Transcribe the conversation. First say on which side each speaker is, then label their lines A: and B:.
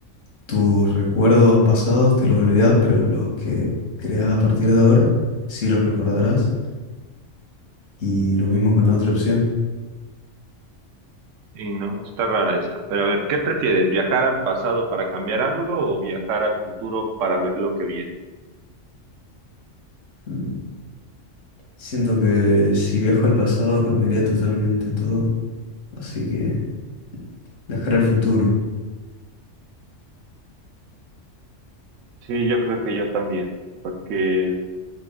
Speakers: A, on the left; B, on the right.
A: tus recuerdos pasados te los olvidás, pero los que creas a partir de ahora, sí los recordarás. Y lo mismo con la otra opción.
B: Sí, no, está rara esa. Pero a ver, ¿qué prefieres? ¿Viajar al pasado para cambiar algo o viajar al futuro para ver lo que viene?
A: Mm, Siento que si viajo al pasado cambiaría totalmente todo. Así que Viajar al futuro.
B: Sí, yo creo que yo también, porque